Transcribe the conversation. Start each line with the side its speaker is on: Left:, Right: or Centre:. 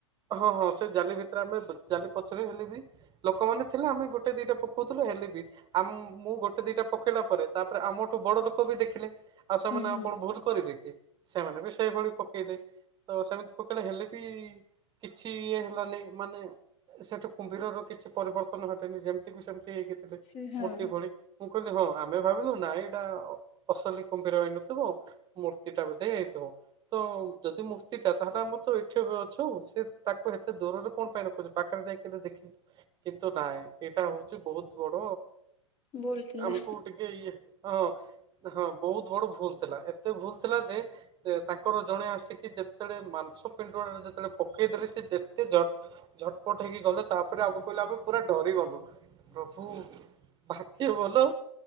Right: ହଁ ହଁ ସେ ଜାଲି ଭିତରେ ଆମେ ଜାଲି ପଛରେ ହେଲେ ବି ଲୋକମାନେ ଥିଲେ ଆମେ ଗୋଟେ ଦିଟା ପକଉଥିଲୁ ହେଲେ ବି ଆମ ମୁଁ ଗୋଟେ ଦିଟା ପକେଇଲା ପରେ ତାପରେ ଆମଠୁ ବଡ ଲୋକ ବି ଦେଖିଲେ। ଆଉ ସେମାନେ
Left: ହୁଁ ହୁଁ
Right: ଆଉ କଣ ଭୁଲ କରିବେ କି ସେମାନେ ବି ସେଇଭଳି ପକେଇଦେ। ତ ସେମିତି ପକେଇଲେ ହେଲେ ବି କିଛି ଇଏ ହେଲାନି ମାନେ ସେଠୁ କୁମ୍ଭୀରର କିଛି ପରିବର୍ତ୍ତନ ଘଟିନି ଯେମିତିକୁ ସେମିତି ହେଇକିଥିଲେ
Left: ସେ ହଁ
Right: ମୂର୍ତ୍ତି ଭଳି। ମୁଁ କହିଲି ହଁ ଆମେ ଭାବିଲୁ ନାଇ ଏଇଟା ଅ ଅସଲି କୁମ୍ଭିର ହେଇନଥିବ। ମୂର୍ତ୍ତି ଟା ବୋଧେ ହେଇଥିବ ତ ଯଦି ମୂର୍ତ୍ତି ଠିକ୍ ଠାକ୍ ଏଠି ବି ଅଛୁ ସେ ତାକୁ ଏତେ ଦୂରରେ କଣ ପାଇଁ ରଖୁଛି ପାଖରେ ଯାଇକି ଦେଖି। କିନ୍ତୁ ନାଇଁ ଏଇଟା ହଉଛି ବହୁତ ବଡ
Left: ବୋଲୁଥିଲା।
Right: ଆମକୁ ଟି କେ ଇଏ ହଁ ହଁ। ହଁ ବହୁତ ବଡ ଭୁଲ ଥିଲା ଏତେ ଭୁଲ ଥିଲା ଯେ ତାଙ୍କର ଜଣେ ଆସିକି ଯେ ଯେତେବେଳେ ମାଂସ ପିଣ୍ଡୁଳା ଟା ଯେତେବେଳେ ପକେଇଦଲେ ସେ ଯେତେ ଝଟ ଝଟପଟ ହେଇକି ଗଲେ ତାପରେ ଆମ କହିଲେ ଆମେ ପୁରା ଡରିଗଲୁ। ପ୍ରଭୁ ଭାଗ୍ୟଭଲ